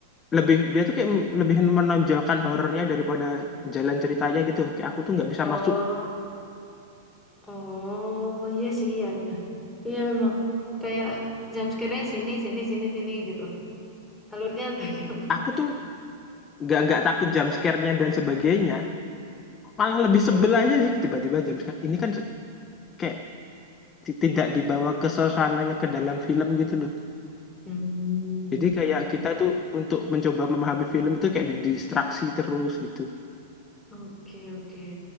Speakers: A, on the left; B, in the centre.
A: lebih dia tuh kayak lebih menonjolkan horornya daripada jalan ceritanya gitu. Kayak aku tuh nggak bisa
B: Oh,
A: masuk.
B: oh, iya sih, iya, iya. Iya memang. Kayak jam sekiranya sini, sini, sini, sini gitu. Alurnya <laughs> entah gimana.
A: Aku tuh nggak nggak takut jump scare-nya dan sebagainya malah lebih sebel aja sih tiba-tiba jump scare ini kan kayak tidak dibawa ke suasananya ke dalam film gitu loh
B: Hmm,
A: jadi kayak kita itu untuk mencoba memahami film itu kayak didistraksi terus gitu
B: oke, oke.